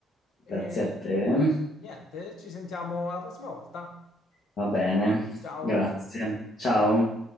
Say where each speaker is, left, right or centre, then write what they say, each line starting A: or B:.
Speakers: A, on the left (about 80°); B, on the left (about 65°).
A: e
B: Grazie a te.
A: niente, ci sentiamo alla prossima volta.
B: Va bene,
A: Ciao.
B: grazie. Ciao.